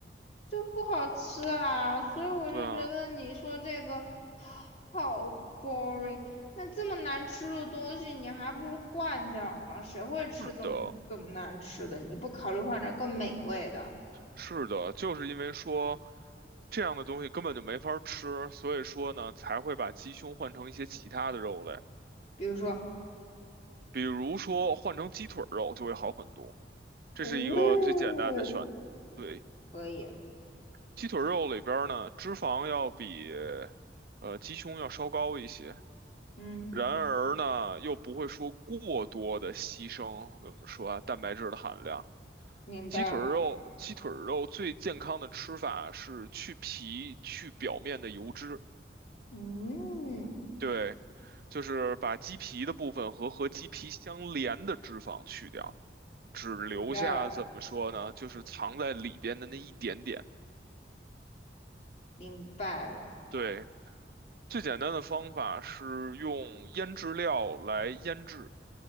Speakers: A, on the left; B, on the right.
A: 就不好吃啊，所以我就觉得你说这个
B: 对啊，
A: 好 boring。那这么难吃的东西，你还不如换点儿呢。谁会吃这么这么难吃的？
B: 是的，
A: 你不考虑换点儿更美味的，
B: 是的，就是因为说这样的东西根本就没法儿吃，所以说呢，才会把鸡胸换成一些其他的肉类，
A: 比如说，
B: 比如说换成鸡腿儿肉就会好很多。这是一个最简单的选，
A: 哦，
B: 对，
A: 可以，
B: 鸡腿儿肉里边儿呢，脂肪要比呃鸡胸要稍高一些。
A: 嗯，
B: 然而呢，又不会说过多的牺牲，怎么说啊？蛋白质的含量，
A: 明白了，
B: 鸡腿儿肉，鸡腿儿肉最健康的吃法是去皮，去表面的油脂，
A: 嗯，
B: 对，就是把鸡皮的部分和和鸡皮相连的脂肪去掉，只留下怎么说呢？
A: 明白了，
B: 就是藏在里边的那一点点。
A: 明白了，
B: 对，最简单的方法是用腌制料来腌制，